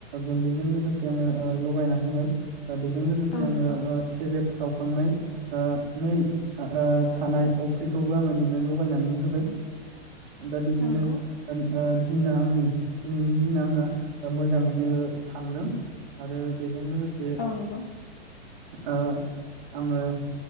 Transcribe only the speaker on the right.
गुन्दैजों लोगोसे आङो ओ लगायना होबाय। बेजों लोगोसे
आङो
ओ सेरेप सावखांनाय ओ नै ओ थानाय अफ्रिखौबो आङो बिनो ल लगायनानै होबाय। दा बिदिनो
ओ ओ दिना आंनि दिनैनि दिना आंना ओ मोजाङैनो थांदों आरो बेजों लोगो से
ओ आङो